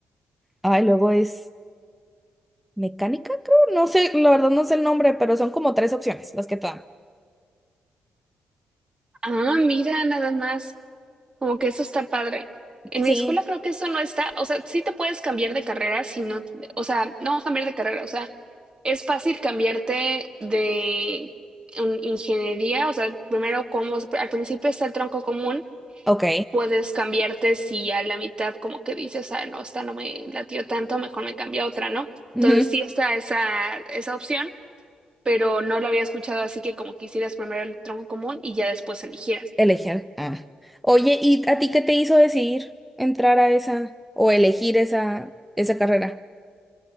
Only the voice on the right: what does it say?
Ah, mira, nada más. Como que eso está padre. En
mi escuela creo que eso no está, o sea, sí te puedes cambiar de carrera si no, o sea, no cambiar de carrera, o sea, es fácil cambiarte de un- ingeniería, o sea, primero como al principio está el tronco común,
puedes cambiarte si a la mitad como que dices, ah, no, esta no me latió tanto, mejor me cambio a otra, ¿no?
Entonces sí está esa, esa opción, pero no lo había escuchado así que como que hicieras primero el tronco común y ya después eligieras.